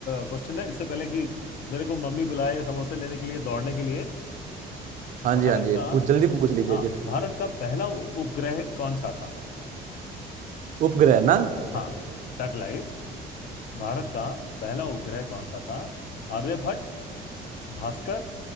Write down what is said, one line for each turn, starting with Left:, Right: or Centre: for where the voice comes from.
Left: क्वेश्चन है इससे पहले कि मेरे को मम्मी बुलाए समोसे लेने के लिए दौड़ने के लिए
Right: हाँ
Left: भारत
Right: जी हाँ जी
Left: का
Right: पूछ जल्दी पूछ लीजिए
Left: हाँ
Right: जी
Left: भारत का पहला उ- उपग्रह कौन सा था
Right: उपग्रह ना
Left: हाँ सैटेलाइट भारत का पहला उपग्रह कौन सा था आर्यभट्ट भास्कर